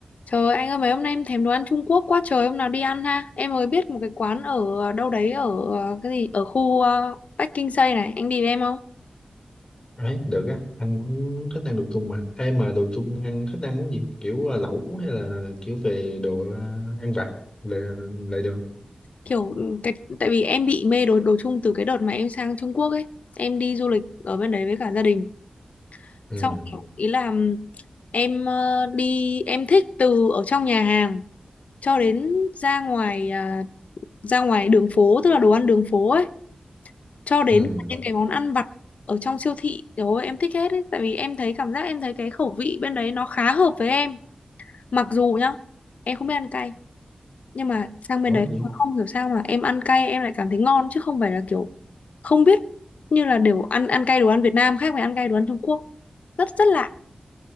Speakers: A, on the left (about 80°); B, on the left (about 35°).
A: Trời ơi, anh ơi mấy hôm nay em thèm đồ ăn Trung Quốc quá trời hôm nào đi ăn ha. Em mới biết một cái quán ở ờ, đâu đấy ở ờ, cái gì ở khu uh, Bắc Kinh Tây này, anh đi với em không?
B: Đấy, được á, anh cũng thích ăn đồ Trung mà. Em mà đồ Trung ăn thích ăn món gì? Kiểu à, lẩu hay là kiểu về đồ à, ăn vặt là lại được.
A: Kiểu ừ, cái tại vì em bị mê đồ đồ Trung từ cái đợt mà em sang Trung Quốc ấy. Em đi du lịch ở bên đấy với cả gia đình.
B: Ừ,
A: Xong kiểu ý là em ờ, đi em thích từ ở trong nhà hàng cho đến ra ngoài à, ra ngoài đường phố tức là đồ ăn đường phố ấy cho đến
B: ừ,
A: những cái món ăn vặt ở trong siêu thị rồi em thích hết ấy. tại vì em thấy cảm giác em thấy cái khẩu vị bên đấy nó khá hợp với em mặc dù nhá em không biết ăn cay nhưng mà sang bên
B: đó
A: đấy
B: gì?
A: không hiểu sao mà em ăn cay em lại cảm thấy ngon chứ không phải là kiểu không biết như là đều ăn ăn cay đồ ăn Việt Nam khác với ăn cay đồ ăn Trung Quốc rất rất lạ